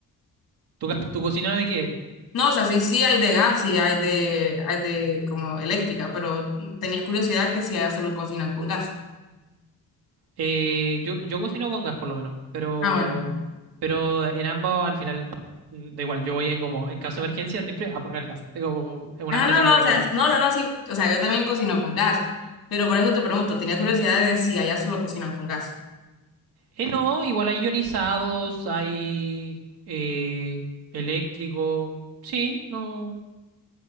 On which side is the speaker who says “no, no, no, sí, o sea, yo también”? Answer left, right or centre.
Left